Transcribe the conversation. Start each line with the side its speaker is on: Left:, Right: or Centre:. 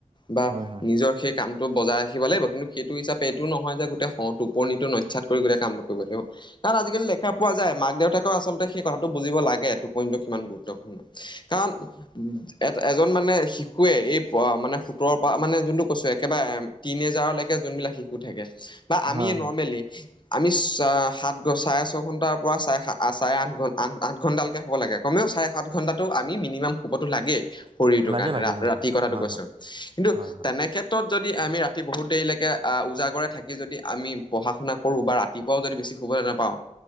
Left: বা
Right: হয় হয়
Left: নিজৰ সেই কামটো বজাই ৰাখিব লাগিব, কিন্তু সেইটো হিচাপে এইটো নহয় যে, গোটেই টোপনিটো নস্যাৎ কৰি গোটেই কামটো কৰিব লাগিব। কাৰণ, আজিকালি দেখা পোৱা যায় মাক দেউতাকে আচলতে সেইকথাটো বুজিব লাগে টোপনিটো কিমান গুৰুত্বপূৰ্ণ। কাৰণ এ এজন মানে শিশুৱে এই মানে সোতৰৰ পৰা মানে যোনটো কৈছো একেবাৰে তিনি এজাৰলৈকে যোনবিলাক শিশু থাকে বা আমিয়ে
Right: হয় হয়
Left: নৰ্মেলি আমি চ সাত ঘ চাৰে ছঘণ্টাৰ পৰা চাৰে-চাৰে আঠ ঘ আঠ-আঠ ঘণ্টালৈকে শুব লাগে কমেও চাৰে সাত ঘণ্টাটো আমি মিনিমাম শুবতো লাগে। শৰীৰটোৰ
Right: লাগে
Left: কাৰণে
Right: লাগে হয়
Left: ৰাতিৰ
Right: হয়
Left: কথাটো
Right: হয়
Left: কৈছো,
Right: হয় হয়
Left: কিন্তু
Right: হয়
Left: তেনে ক্ষেত্ৰত যদি আমি ৰাতি বহুত দেৰিলৈকে উজাগৰে থাকি যদি আমি পঢ়া-শুনা কৰো, বা ৰাতিপুৱাও যদি বেছি শুবলৈ নাপাওঁ।